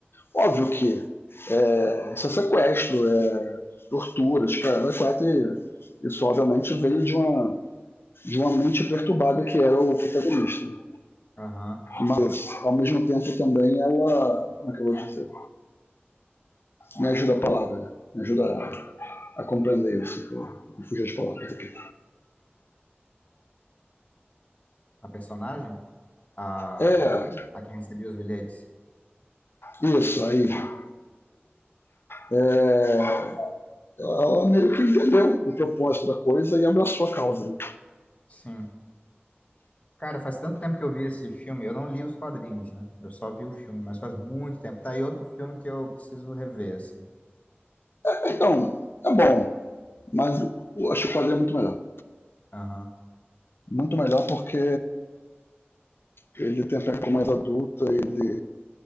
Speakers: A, on the left; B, on the left.
A: Óbvio que é, isso é sequestro, é tortura, escrava 4 e isso obviamente veio de uma, de uma mente perturbada que era o protagonista. Né?
B: Aham.
A: Mas ao mesmo tempo também ela, como é que eu vou dizer? Me ajuda a palavra, né? me ajuda a, a compreender isso, que eu fugi as palavras aqui.
B: A personagem? A...
A: É,
B: a que recebia os bilhetes?
A: isso, aí, né? é, ela meio que entendeu o propósito da coisa e abraçou a causa. Né?
B: Sim. Cara, faz tanto tempo que eu vi esse filme. Eu não li os quadrinhos, né? Eu só vi o filme, mas faz muito tempo. Tá aí outro filme que eu preciso rever, assim.
A: Então, é bom, mas acho que o quadro é muito melhor.
B: Aham.
A: muito melhor porque ele tem a pegada mais adulta, ele,